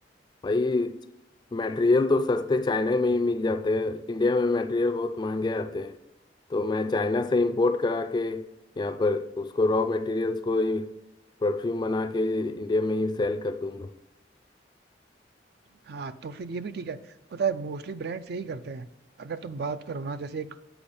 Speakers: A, on the left; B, on the right.
A: भाई मटेरियल तो सस्ते चाइना में ही मिल जाते हैं इंडिया में मटेरियल बहुत महंगे आते हैं तो मैं चाइना से इंपोर्ट करा के यहाँ पर उसको रॉ मटेरियल्स को ही परफ्यूम बना के इंडिया में ही सेल कर दूंगा
B: हाँ तो फिर ये भी ठीक है पता है मोस्टली ब्रांड्स यही करते हैं अगर तुम बात करो ना जैसे एक